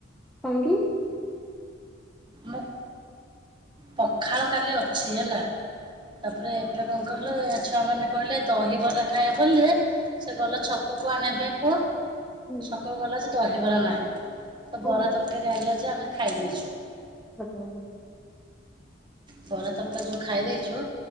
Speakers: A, in the centre; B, on the right.
A: କାହିଁକି?
B: ମୋ ପଖାଳ କାଲି ଅଛି ହେଲା ତାପରେ ଏବେ କଣ କଲେ ଛୁଆମାନେ କହିଲେ ଦହିିବରା ଖାଇବା ବୋଲି ସେ ଗଲେ ଛକକୁ ଆଣିବା ପାଇଁ ପୁଅ ଛ
A: ହୁଁ।
B: ଛକକୁ ଗଲା ଯେ ଦହିବରା ନାହିଁ ତ
A: ଓ
B: ବରା ତରକାରୀ ଆଣିଲା ଯେ ଆମେ ଖାଇ ଦେଇଚୁ।
A: <unintelligible>
B: ବରା ତରକାରୀ ଯୋଉ ଖାଇ ଦେଇଚୁ